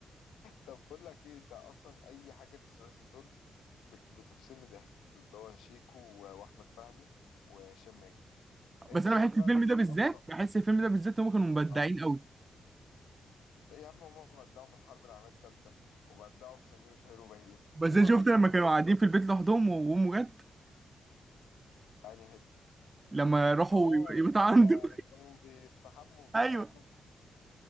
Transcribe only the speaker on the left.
طب بقول لك إيه أنت أصلا أي حاجة للثلاثي دول بت- بتفصلني ضحك اللي هو شيكو و- وأحمد فهمي وهشام ماجد أنت
شايف
بقى
إن هم
الأفصل
آه
يا عم هما بدعوا في الحرب العالمية التالتة وبدعوا في سمير وشهير وبهير
ليهم
أفلام
حلوة
الصراحة
يعني حتة
اه
لما لما كانوا بيستحموا وبتاع